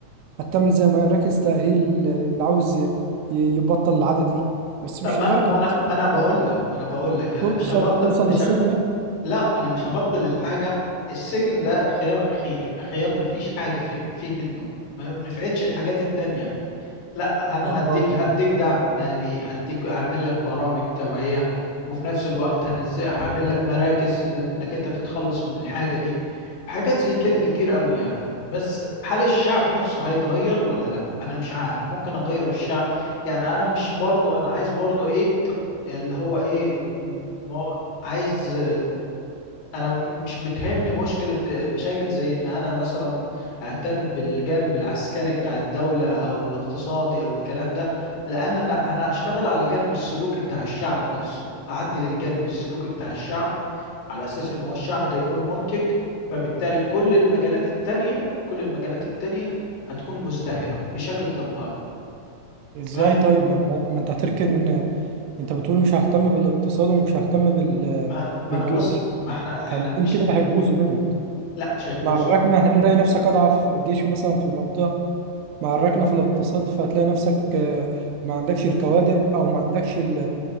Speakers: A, on the right; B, on the left.
A: هتعمل زي مراكز تاهيل اللي عاوز ي... يبطل العاده دي بس
B: طب
A: مش
B: ما
A: لدرجه
B: ما انا
A: يعني
B: ما انا بقول لك ما انا بقول لك انا
A: توصل
B: مش هبطل
A: توصل
B: مش
A: للسجن
B: ه...
A: يعني
B: لا انا مش هبطل الحاجة السجن ده خيار اخير خيار ما فيش حاجة في في منه ما نفعتش الحاجات التانية لا انا
A: اه
B: هديك هديك دعم مالي هديك هعمل لك برامج توعية وفي نفس الوقت انا ازاي هعمل لك مراكز ل- انك انت تتخلص من الحاجة دي حاجات زي كده كتير قوي يعني بس هل الشعب نفسه هيتغير ولا لا انا مش عارف ممكن اغير الشعب يعني انا مش برضو انا عايز برضو ايه اللي هو ايه م- ما عايز انا م- مش بتهمني مشكله مشاكل زي ان انا مثلا اهتم بالجانب العسكري بتاع الدوله او الاقتصادي او الكلام ده لان انا انا هشتغل على الجانب السلوكي بتاع الشعب نفسه اعدل الجانب السلوكي بتاع الشعب على اساس ان هو الشعب ده يكون منتج فبالتالي كل المجالات التانية كل المجالات التانية هتكون مزدهره بشكل تلقائي
A: ازاي
B: فاهم
A: طيب ما انت ما انت هتركن انت بتقول مش ههتم بالاقتصاد ومش ههتم بال
B: ما ما
A: بالجيش
B: انا بص ما
A: لا
B: احنا
A: فالاتنين
B: احنا مش
A: كده هيبوظوا منك
B: لا مش هيبوظ
A: مع الركنه هتلاقي نفسك اضعف جيش مثلا في المنطقه مع الركنه في الاقتصاد فهتلاقي نفسك آه، ما عندكش الكوادر او ما عندكش ال... آه،